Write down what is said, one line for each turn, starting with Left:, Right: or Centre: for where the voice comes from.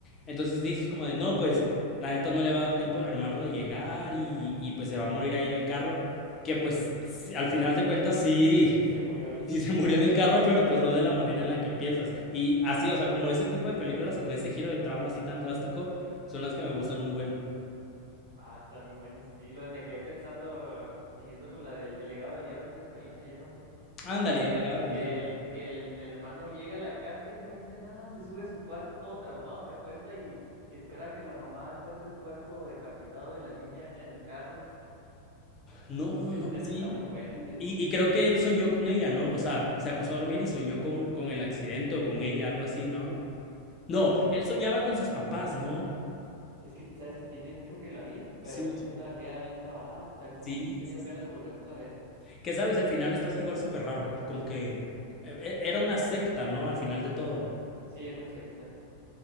Left: Entonces dices como de, no, pues la neta no le va a dar tiempo al hermano de llegar y, y pues se va a morir ahí en el carro, que pues sí, al final de cuentas sí,
Right: sí se murió
Left: <laughs>
Right: ahí.
Left: sí
Right: <laughs>
Left: se murió en el carro, pero pues no de la manera en la que piensas. Y así, o sea, como ese tipo de películas con ese giro de trama así tan drástico son las que me gustan un buen.
Right: Ah, están muy buenas. Sí, lo, me quedé pensando, siguiendo con la del El legado del diablo en español se llama, creo.
Left: Ándale,
Right: Que,
Left: El legado del
Right: que,
Left: diablo.
Right: el, que el, el hermano llega a la casa y no dice nada, se sube a su cuarto todo traumado, se acuesta y, y espera que la mamá encuentre el cuerpo decapitado de la niña en el carro.
Left: No, no,
Right: Esa
Left: no,
Right: escena
Left: sí,
Right: está muy fuerte.
Left: Y, y creo que él soñó con ella, ¿no? O sea, se acostó a dormir y soñó con, con el accidente o con ella, algo así, ¿no? No,
Right: Sí.
Left: él No. soñaba con sus papás, ¿no?
Right: Es que sabes que tiene mucho que la vi, pero
Left: Sí,
Right: esa escena
Left: sí.
Right: queda bien grabada. O sea, como
Left: sí,
Right: que sí me dieron
Left: sí.
Right: ganas de volverla a ver.
Left: Que sabes, al final estás igual súper raro, como que eh, eh, era una secta, ¿no? Al final de todo.
Right: Sí, era una secta.